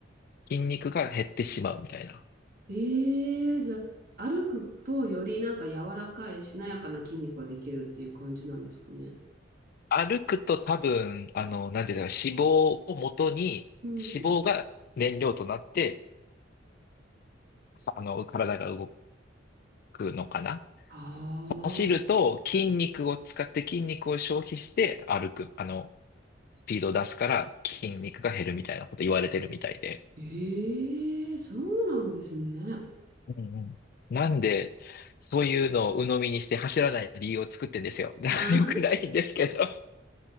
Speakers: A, on the left; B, on the right.
A: 筋肉が減ってしまうみたいな。
B: ええ、じゃあ、歩くとよりなんか柔らかいしなやかな筋肉ができるっていう感じなんですかね。
A: 歩くと多分、あの、なんていうか、脂肪を元に、
B: うん。
A: 脂肪が燃料となって、あの、体が動くのかな
B: ああ、
A: 走ると筋肉を使って筋肉を消費して歩く、あの、スピードを出すから筋肉が減るみたいなこと言われてるみたいで。
B: ええそうなんですね。
A: うんうん。なんで、そういうのを鵜呑みにして走らない理由を作ってんですよ。<laughs> だから良くないんですけど。
B: ああ、